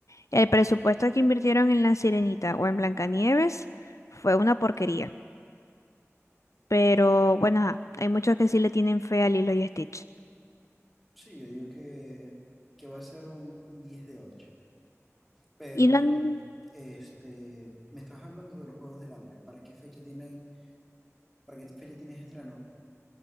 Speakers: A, on the left; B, in the centre.
A: el presupuesto que invirtieron en La Sirenita o en Blancanieves fue una porquería. Pero bueno, ajá, hay muchos que sí le tienen fe a Lilo y Stitch.
B: Sí, yo digo que, que va a ser un, un 10 de ocho Pero
A: Y lo han-
B: este, me estabas hablando de los Juegos del Hambre. ¿Para qué fecha tienen, para qué fecha tienen estreno?